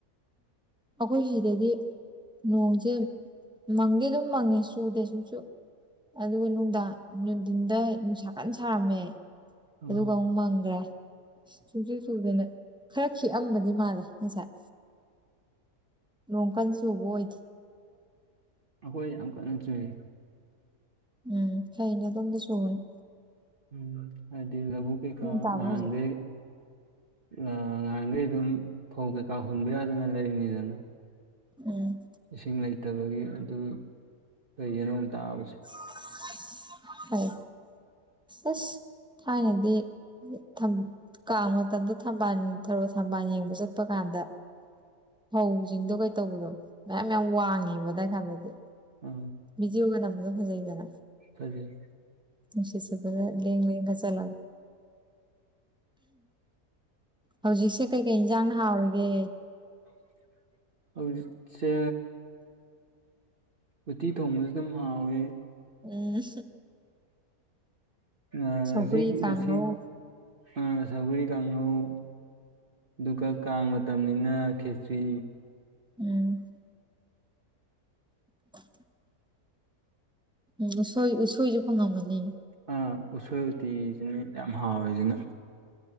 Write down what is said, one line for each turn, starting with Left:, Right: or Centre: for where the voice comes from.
Centre: ꯑꯩꯈꯣꯏ ꯁꯤꯗꯗꯤ ꯅꯣꯡꯁꯦ ꯃꯪꯒꯤꯗꯨꯝ ꯃꯥꯒꯦ ꯁꯨꯗ ꯁ ꯑꯗꯨꯒ ꯅꯨꯡꯗꯥꯡ ꯅꯨꯡꯊꯤꯟꯗ ꯅꯨꯡꯁꯥ ꯀꯟ ꯁꯥꯔꯝꯃꯦ
Right: ꯎꯝ
Centre: ꯑꯗꯨ ꯀꯃ꯭ꯔ ꯁꯨꯁꯨ ꯆꯨꯗꯅ ꯈꯔ ꯈꯤꯛꯑꯝꯕꯗꯤ ꯃꯥꯜꯂꯦ ꯉꯁꯥꯏ ꯣꯡ ꯀꯟ ꯆꯨꯕ ꯑꯣꯏꯈꯤꯦ
Right: ꯑꯩꯍꯣꯏ ꯌꯥꯝ ꯀꯟꯅ ꯆꯨꯏ
Centre: ꯎꯝ ꯐꯩꯅꯦ ꯑꯗꯣꯝꯗ ꯁꯨꯔꯅꯤ
Right: ꯎꯝ ꯑꯗ ꯂ ꯀ ꯀ
Centre: ꯅꯣꯡ ꯇꯥꯕ꯭ꯔ
Right: ꯉꯍꯥꯡꯒ
Centre: ꯍꯧꯖꯤꯛ
Right: ꯑ ꯉꯍꯥꯡꯒ ꯑꯗꯨꯝ ꯐꯧ ꯀꯩꯀꯥ ꯍꯨꯟꯕ ꯌꯥꯗꯅ ꯂꯩꯔꯤꯅꯤꯗꯅ
Centre: ꯎꯝ
Right: ꯏꯁꯤꯡ ꯂꯩꯇꯕꯒꯤ ꯑꯗꯨ ꯐꯩꯌꯦ ꯅꫭꯡ ꯇꯥꯕꯁꯦ
Centre: ꯍ <unintelligible> ꯐꯩ ꯑꯁ ꯊꯥꯏꯅꯗꯤ ꯊꯝ ꯀꯥꯡ ꯃꯇꯝꯗ ꯊꯝꯕꯥꯜ ꯊꯔꫭ ꯊꯝꯕꯥꯜ ꯌꯦꯡꯕ ꯆꯠꯄ ꯀꯥꯟꯗ ꯐꯧꯁꯤꯡꯗꯣ ꯀꯩ ꯇꯧꯕꯗꯣ ꯃꯌꯥꯝ ꯃꯌꯥꯝ ꯋꯥꯡꯉꯦꯕ ꯑꯗꯥꯏꯀꯥꯟꯗꯗꯤ
Right: ꯑ
Centre: ꯕꯤꯗꯤꯌꫭꯒ ꯅꯝꯕꯗꯨ ꯐꯖꯩꯗꯅ
Right: ꯐꯖꯩ
Centre: ꯅꯨꯡꯁꯤꯠ ꯁꯤꯠꯄꯅ ꯂꯦꯡ ꯂꯦꯡꯒ ꯆꯠꯂꯒ ꯍꯧꯖꯤꯛꯁꯦ ꯀꯩꯀꯩ ꯏꯟꯖꯥꯡꯅ ꯍꯥꯎꯔꯤꯒꯦ
Right: <inaudible> ꯍꯧꯖꯤꯛꯁꯦ ꯎꯠꯇꯤ ꯊꯣꯡꯕꯖꯤꯗꯨꯝ ꯍꯥꯎꯋꯤ
Centre: ꯎꯝ
Right: ꯑ
Centre: ꯁꯧꯒ꯭ꯔꯤ
Right: ꯍꯧꯖꯤꯛ
Centre: ꯀꯥꯡꯍꯧ
Right: ꯉꯁꯤ ꯑ ꯁꯧꯒꯔꯤ ꯀꯥꯡꯉꯧ ꯑꯗꯨꯒ ꯀꯥꯡ ꯃꯇꯝꯅꯤꯅ ꯈꯦꯆꯤ
Centre: ꯎꯝ <unintelligible> ꯎꯝ ꯎꯁꯣꯏ ꯎꯁꯣꯏꯁꯨ ꯐꯪꯉꯝꯃꯅꯤꯌꯦ
Right: ꯑꯥ ꯎꯁꯣꯏ ꯎꯇꯤꯖꯤꯅꯦ ꯌꯥꯝ ꯍꯥꯎꯔꯤꯖꯤꯅ